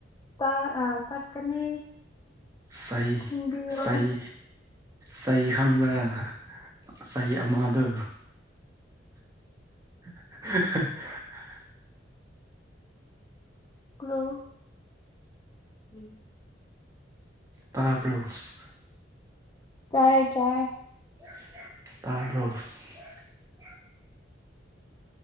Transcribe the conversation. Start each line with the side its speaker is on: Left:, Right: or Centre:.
Left: ꯇ ꯑ ꯇꯥꯛꯀꯅꯤ
Right: ꯆꯩ
Left: ꯊꯤꯟꯗꯤꯑꯣ
Right: ꯆꯩ ꯆꯩ ꯈꯪꯕ꯭ꯔꯥ ꯆꯩ ꯑꯃꯗꯨ <unintelligible>
Left: ꯍꯜꯂꯣ ꯎꯝ
Right: ꯇꯥꯕ꯭ꯔꯣꯁ
Left: ꯇꯥꯏꯌꯦ ꯇꯥꯏꯌꯦ
Right: ꯇꯥꯁ